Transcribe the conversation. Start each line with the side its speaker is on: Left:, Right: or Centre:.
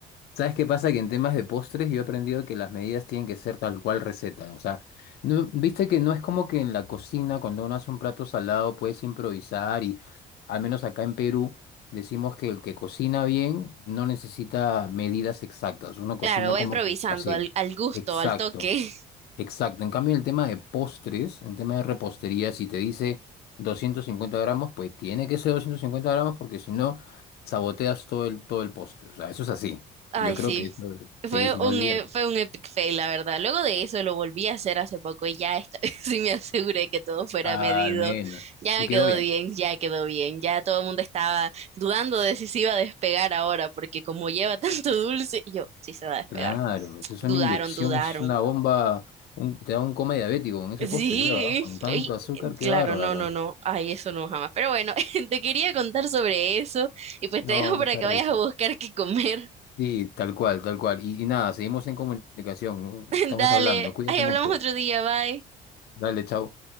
Left: ¿Sabes qué pasa? Que en temas de postres yo he aprendido que las medidas tienen que ser tal cual receta. O sea, no, viste que no es como que en la cocina cuando uno hace un plato salado puedes improvisar y al menos acá en Perú decimos que el que cocina bien no necesita medidas exactas. Uno
Right: Claro,
Left: cocina
Right: va
Left: como
Right: improvisando
Left: que así.
Right: al, al gusto,
Left: Exacto.
Right: al toque.
Left: Exacto, en cambio el tema de postres, en tema de repostería, si te dice 250 gramos, pues tiene que ser 250 gramos porque si no, saboteas todo el, todo el postre. O sea, eso es así.
Right: Ay,
Left: Y yo creo
Right: sí.
Left: que eso, sí,
Right: Fue
Left: si no
Right: un,
Left: olvídate.
Right: e- fue un epic fail, la verdad. Luego de eso lo volví a hacer hace poco y ya esta <laughs> vez sí me aseguré que todo fuera
Left: Al
Right: medido.
Left: menos.
Right: Ya
Left: Y
Right: me
Left: quedó
Right: quedó
Left: bien.
Right: bien, ya quedó bien. Ya todo el mundo estaba dudando de si se iba a despegar ahora, porque como lleva <laughs> tanto dulce, y yo sí se va a despegar.
Left: Claro, eso es
Right: Dudaron,
Left: una inyección,
Right: dudaron.
Left: eso es una bomba, un- te da un coma diabético con ese
Right: Sí,
Left: postre, creo, ¿ah? Con tanto
Right: y-
Left: azúcar, qué
Right: claro,
Left: bárbaro.
Right: no, no, no. Ay, eso no jamás. Pero bueno, <laughs> te quería contar sobre eso y pues
Left: No,
Right: te dejo para
Left: mucha
Right: que
Left: risa.
Right: vayas a buscar qué comer.
Left: Sí, tal cual, tal cual. Y, y nada, seguimos en comunicación. ¿no?
Right: <laughs>
Left: Estamos
Right: Dale,
Left: hablando, cuídate
Right: ay, hablamos
Left: mucho.
Right: otro día, bye.
Left: Dale, chao.